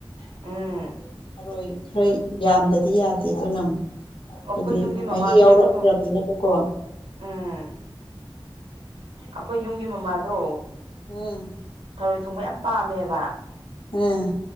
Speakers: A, on the right; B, on the left.
A: ꯎꯝ
B: ꯊꯥꯔꯣꯏ ꯈꯔ ꯌꯥꯝꯗꯗꯤ ꯌꯥꯗꯦ ꯑꯗꯨꯅ ꯑꯃꯨꯛ
A: ꯑꯣ
B: ꯍꯥꯏꯗꯤ
A: ꯑꯩꯈꯣꯏ ꯌꯨꯝꯒꯤ
B: ꯃꯍꯤ
A: ꯃꯃꯥꯗꯣ
B: ꯌꯥꯎꯔꯛꯇ꯭ꯔꯥꯕꯅꯤꯅꯥꯕꯀꯣ
A: ꯑꯩꯈꯣꯏ ꯎꯝ ꯑꯩꯈꯣꯏ ꯌꯨꯝꯒꯤ ꯃꯃꯥꯗꯣ
B: ꯎꯝ
A: ꯊꯔꯣꯏ ꯊꯣꯡꯕ ꯌꯥꯝ ꯄꯥꯝꯃꯦꯕ
B: ꯑ